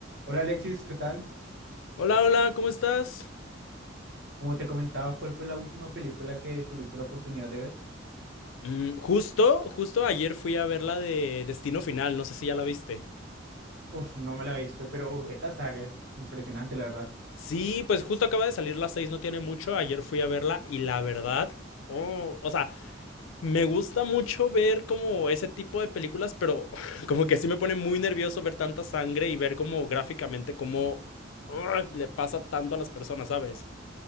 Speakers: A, on the right; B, on the left.
A: Hola Alexis, ¿qué tal?
B: Hola, hola, ¿cómo estás?
A: Como te comentaba, ¿cuál fue la última película que tuviste la oportunidad de ver?
B: Mm, justo, justo ayer fui a ver la de Destino Final, no sé si ya la viste.
A: Uf, no me la he visto, pero uf, esta saga es impresionante, la verdad.
B: Sí, pues justo acaba de salir las seis no tiene mucho, ayer fui a verla y la verdad, oh, o sea, me gusta mucho ver como ese tipo de películas, pero <laughs> como que sí me pone muy nervioso ver tanta sangre y ver como gráficamente cómo ah, le pasa tanto a las personas, ¿sabes?